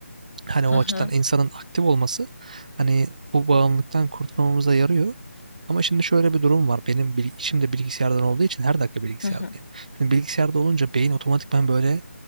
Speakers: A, on the right; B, on the left.
A: Hani
B: Hı
A: o
B: hı.
A: açıdan insanın aktif olması hani bu bağımlılıktan kurtulmamıza yarıyor. Ama şimdi şöyle bir durum var. Benim bil işim de bilgisayardan olduğu için her dakika bilgisayardayım.
B: Hı hı.
A: Şimdi bilgisayarda olunca beyin otomatikman böyle